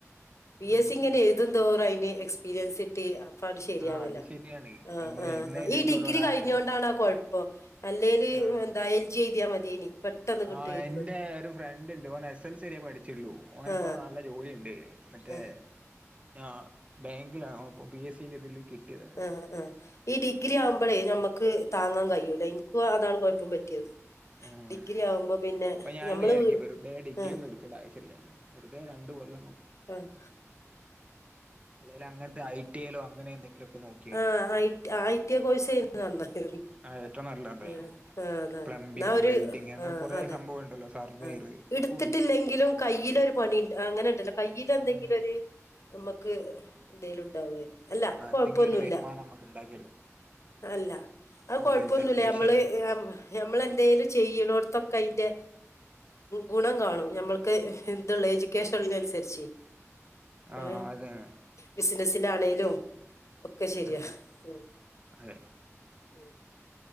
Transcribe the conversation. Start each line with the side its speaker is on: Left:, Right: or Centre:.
Left: പി
Right: ഉം
Left: എസ് സി ഇങ്ങനെ എഴുതും തോറും അതിന് എക്സ്പീരിയൻസ് ഇട്ട് അപ്പണ്ട് ശരിയാവല്ല
Right: ആഹ് അത് ശരിയാണ്
Left: ആ
Right: നമ്മള്
Left: ആഹ
Right: എഴുതുന്നതിനനുസരിച്ച്
Left: ഈ ഡിഗ്രി
Right: ഓരോരോ
Left: കഴിഞ്ഞൊണ്ടാണ്
Right: അറിവ്
Left: ആ കൊഴപ്പം അല്ലെല്
Right: ആഹ്
Left: എന്താ എൽ ജി മതിയ മതിയേനി പെട്ടെന്ന്ന്ന് കിട്ടുയിരുന്നു
Right: ആഹ് എന്റെ ഒരു ഫ്രണ്ട് ഉണ്ട് ഓനെ എസ് എൽ സരിയ പഠിച്ചിുള്ളു ഓന
Left: ആ
Right: ഇപ്പോ നല്ല ജോലി ഉണ്ട് മറ്റേ
Left: ആ
Right: ആ ബാങ്കിലാണോ അപ്പം പി എസ് സിറെ ഇതില് കിട്ടിയതാണ്
Left: ആ ആ ഈ ഡിഗ്രി ആവുമ്പോഴേ
Right: ആഹ്
Left: നമ്മക്ക് താങ്ങാൻ കഴിയൂല എനിക്ക് അതാണ് കുഴപ്പം പറ്റിയത്
Right: ആഹ
Left: ഡിഗ്രി
Right: ആ
Left: ആവുമ്പോ പിന്നെ
Right: അപ്പൊ ഞാൻ
Left: ഞമ്മള്
Right: വയ്യാരിക്ക വെറുതെ ഡിഗ്രി
Left: ആഹ്
Right: ഒന്നും എടുക്കേണ്ട ആവശ്യമില്ലേ വെറുതെ രണ്ടു കൊോലങ് പോകും
Left: ആഹ
Right: അല്ലേ അങ്ങനത്തെ ഐ ടിലോ അങ്ങനെ എന്തെങ്കിലും ഒക്കെ നോക്കോ
Left: ആ ഐടി കോഴസ് ചെയ്യ നന്നത്
Right: ആഹ് ഏറ്റവും നല്ലതായിരുന്നു
Left: ആ ആ അതെതെ
Right: പ്ലംബിങ്
Left: ന ഒരു
Right: വെൽഡിങ് അങ്ങനെ
Left: ആ
Right: കുറേ
Left: അതെ
Right: സംഭവം ഉണ്ടല്ലോ സർവേയർ
Left: ആ
Right: ഇതൊക്കെ
Left: എടുത്തിട്ടില്ലെങ്കിലും
Right: ഉണ്ട്
Left: കയ്യില ഒരു പണിണ്ട് അങ്ങനെണ്ടല്ലോ കയ്ൽ എന്തെങ്കിലും
Right: ആഹ്
Left: ഒരു നമ്മക്ക് എന്തേലും ഉണ്ടാവുകയായിരുന്നു അല്ല കൊഴപ്പൊന്നുല്ല
Right: എന്തങ്കിലും ഒരു വരുമാം നമുണ്ടാക്കി
Left: അല്ല അത് കൊഴപ്പൊന്നുമല്ല
Right: മൊബൈൽ ടെക്നീഷ്യന്
Left: ഞമ്മള് നഞമ്മളെന്തേലും ചെയ്യണോടത്തൊക്കെ അയിന്റെ ഗുണം കാണും ഞമ്മൾക്ക് ഇതുള്ള എജ്യൂക്കേഷനനുസരിച്ച്
Right: ആഹ്
Left: ഉ
Right: അതന്നെ
Left: ബിസിനസിലാണേലും ഒക്കെ ശരിയാ
Right: ആ
Left: ഉം
Right: ആ അ
Left: ഉം